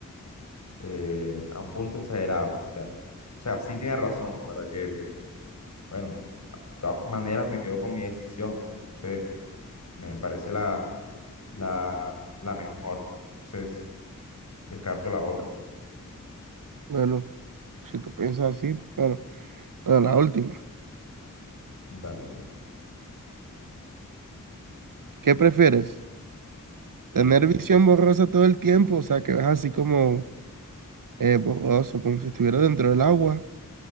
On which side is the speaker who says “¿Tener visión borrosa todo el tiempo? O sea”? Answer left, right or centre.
Right